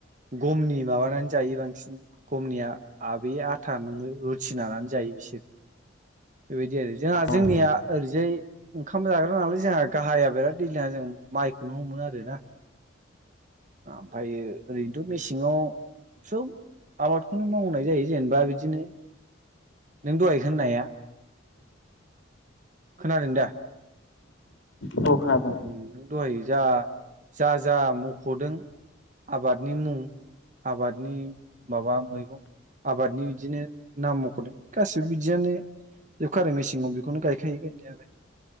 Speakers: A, on the right; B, on the left.
A: ग'गमनि माबानानै जा जायो बांसिन ग'मनिया आबे आथा जोंनो रुथिनानानै जायो बिसोर, बेबायदि आरो जोंहा
B: औ
A: जोंनिया ओरैजाय ओंखाम जाग्रा नालाय जोंहा गाहाय बिराद दैज्लांआव जों माइखौनो हमो आरोना? ओमफ्रायो ओरैनोथ' मेसेंङाव, सब आबादखौनो मावनाय जायो जेनेबा बिदिनो, नों दहाय होननाया, खोनादों दा?
B: औ खोनादों
A: ओं नों दहाय जा जा जा मख'दों, आबादनि मुं आबादनि माबा मैगं, आबादनि बिदिनो नाम मख'दों गासिबो बिदियानो, जोबखा आरो मेसेंआव बेखौनो गायखायो गायनायालाय